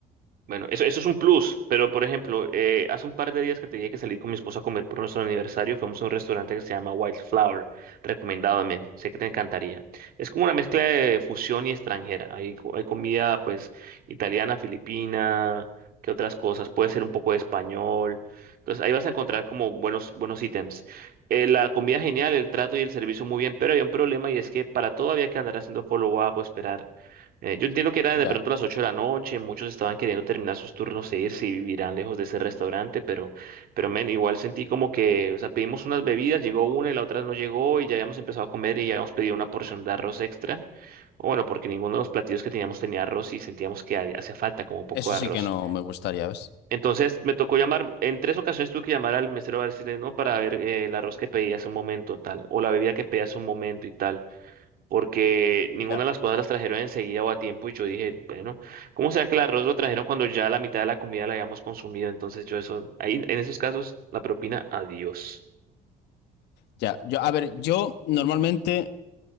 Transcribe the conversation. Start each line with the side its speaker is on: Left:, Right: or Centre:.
Right: Bueno, eso, eso es un plus, pero por ejemplo, eh, hace un par de días que tenía que salir con mi esposa a comer por nuestro aniversario, fuimos a un restaurante que se llama Wildflower, recomendado, men, sé que te encantaría. Es como una mezcla de fusión y extranjera, hay, co- hay comida pues italiana, filipina, que otras cosas, puede ser un poco de español, entonces ahí vas a encontrar como buenos, buenos ítems. Eh, la comida genial, el trato y el servicio muy bien, pero había un problema y es que para todo había que andar haciendo follow-up o esperar. Eh, yo entiendo que era de
Left: Ya.
Right: pronto las 8 de la noche, muchos estaban queriendo terminar sus turnos e irse y vivirán lejos de ese restaurante, pero, pero men, igual sentí como que, o sea, pedimos unas bebidas, llegó una y la otra no llegó y ya habíamos empezado a comer y ya habíamos pedido una porción de arroz extra, o bueno, porque ninguno de los platillos que teníamos tenía arroz y sentíamos que había- hacía falta como un poco
Left: Eso
Right: de
Left: sí
Right: arroz.
Left: que no me gustaría, ¿ves?
Right: Entonces me tocó llamar, en tres ocasiones tuve que llamar al mesero para decirle no para ver eh, el arroz que pedí hace un momento tal, o la bebida que pedí hace un momento y tal porque ninguna
Left: Ya.
Right: de las cosas las trajeron enseguida o a tiempo y yo dije, bueno, ¿cómo será que el arroz lo trajeron cuando ya la mitad de la comida la habíamos consumido? Entonces yo eso, ahí en esos casos la propina, adiós.
Left: Ya. Yo, a ver, yo normalmente